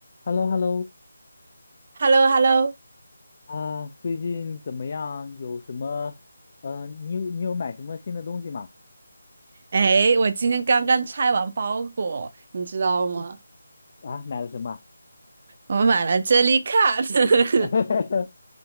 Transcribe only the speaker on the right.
h e l l o h e l l o
哎，我今天刚刚拆完包裹，你知道吗？
我买了 Jellycat